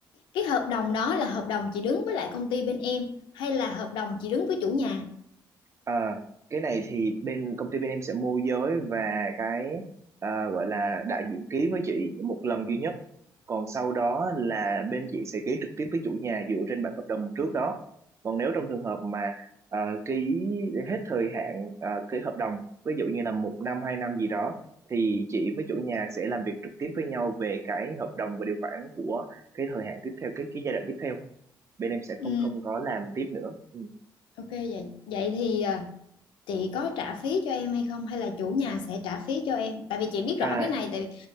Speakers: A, on the left (about 80°); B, on the right (about 35°).
A: cái hợp đồng đó là hợp đồng chị đứng với lại công ty bên em hay là hợp đồng chị đứng với chủ nhà?
B: À, cái này thì bên công ty bên em sẽ môi giới và cái à, gọi là đại diện ký với chị một lần duy nhất. Còn sau đó là bên chị sẽ ký trực tiếp với chủ nhà dựa trên bản hợp đồng trước đó. Còn nếu trong trường hợp mà à, ký hết thời hạn à, ký hợp đồng, ví dụ như là một năm hai năm gì đó, thì chị với chủ nhà sẽ làm việc trực tiếp với nhau về cái hợp đồng và điều khoản của cái thời hạn tiếp theo, cái cái giai đoạn tiếp theo. Bên em sẽ
A: Ừ,
B: không không có làm tiếp nữa. Ừ.
A: ok vậy. Vậy thì ờ, chị có trả phí cho em hay không hay là chủ nhà sẽ trả phí cho em? Tại vì chị biết
B: À,
A: rõ cái này tại